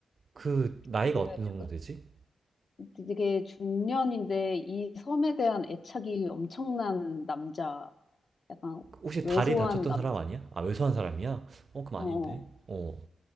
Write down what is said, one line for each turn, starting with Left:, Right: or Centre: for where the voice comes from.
Right: 그 나이가
Left: 그
Right: 어느
Left: 약간
Right: 정도 되지?
Left: 되게 중년인데 이 섬에 대한 애착이 엄청난 남자, 약간
Right: 혹시
Left: 왜소한
Right: 다리 다쳤던
Left: 남자.
Right: 사람 아니야? 아, 왜소한 사람이야? 어, 그럼
Left: 어,
Right: 아닌데.
Left: 어.
Right: 어.